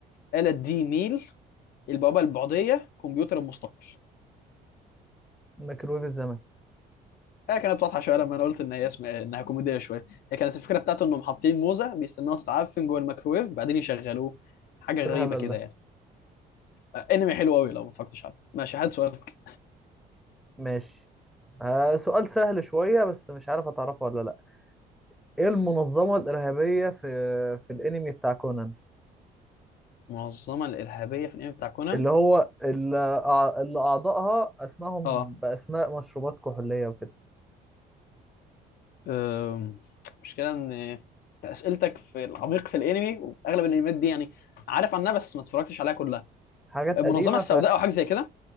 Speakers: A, on the left; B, in the centre.
A: آلة دي ميل البوابه البعديه كمبيوتر المستقبل
B: ميكرويف الزمن
A: هي كانت واضحه شويه لما انا قلت ان هي اسمها انها كوميديه شويه هي كانت الفكره بتاعته انهم حاطين موزه بيستنوها تتعفن جوه الميكرويف بعدين يشغلوه حاجه
B: إيه
A: غريبه
B: الهبل
A: كده
B: ده
A: يعني آه انمي حلو قوي لو ما اتفرجتش عليه ماشي هات سؤالك
B: ماشي آه سؤال سهل شوية بس مش عارف هتعرفه ولا لا ايه المنظمة الإرهابية في في الانمي بتاع كونان
A: منظمه الارهابيه في الانمي بتاع كونان
B: اللي هو اللي, أع- اللي اعضائها اسمائهم
A: اه
B: باسماء مشروبات كحولية وكده
A: أم، مشكلة ان انت اسئلتك في العميق في الانمي واغلب الانميات دي يعني عارف عنها بس ما اتفرجتش عليها كلها
B: حاجات
A: المنظمة
B: قديمة
A: السوداء
B: ف
A: او حاجة زي كده